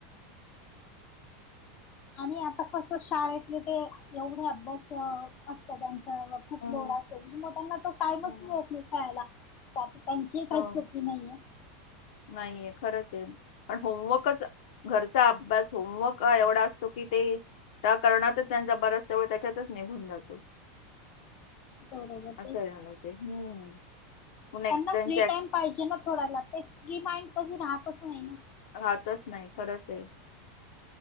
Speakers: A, on the left; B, on the left.
A: आणि आता कस शाळेतलं ते एवढे अभ्यास अस सगळ्यांच्या खूप
B: हम्म
A: लोड असेल मग त्यांना त टाइमच
B: हम्म
A: मिळत नाही खेळायला. त्यात त्यांची काही
B: हो
A: चुकी नाहीये.
B: नाहीये खरंच आहे. पण होमवर्कच घरचा अभ्यास होमवर्क एवढा असतो की ते त्या कारणातच त्यांचा बऱ्याचसा वेळ त्याच्यातच निघून जातो.
A: बरोबर
B: असं
A: तेच तर.
B: मला ते हम्म पण एक्स्टर्नचे
A: त्यांना फ्री टाइम पाहिजे ना थोड्याला ते फ्री माइंड कधी राहतच नाही ना.
B: हातच नाही खरंच आहे.